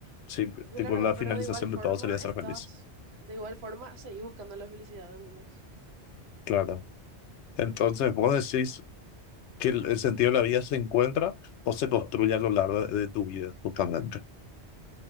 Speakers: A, on the left (about 80°); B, on the right (about 70°).
A: Sí,
B: claro,
A: tipo, la finalización
B: pero de igual forma
A: de todo sería ser
B: estás,
A: feliz.
B: de igual forma seguís buscando la felicidad, ¿entendés?
A: Claro. Entonces, vos decís que el el sentido de la vida se encuentra o se construye a lo largo de de tu vida, justamente.